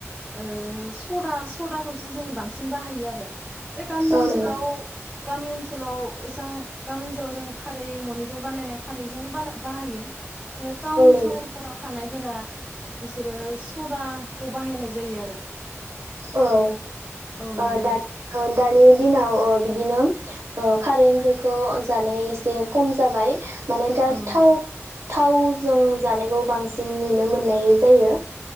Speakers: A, in the centre; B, on the right.
A: ओ सदा स सदाखौसो जोङो बांसिन बाहायो आरो। बे गामि ओनसोलाव
B: औ नोंथां
A: गामि ओनसोलाव एसां गामि ओनसोलाव जों खारै न'निफ्राय बानायनाय खारैजों बाना बाहायो। आरो टाउन
B: औ नोंथां
A: सहरफोराव थानायफोरा बिसोरो सदा खौ बाहायनाय जायो आरो।
B: औ
A: औ
B: ओ
A: नंगौ
B: दा होन दानि दिनाव‌ ओ बिदिनो ओ खारै ओंख्रिखौ जानाया एसे खम जाबाय। माने दा
A: औ नंगौ
B: थाव थाव जों जानायखौ बांसिन नुनो मोननाय जायो।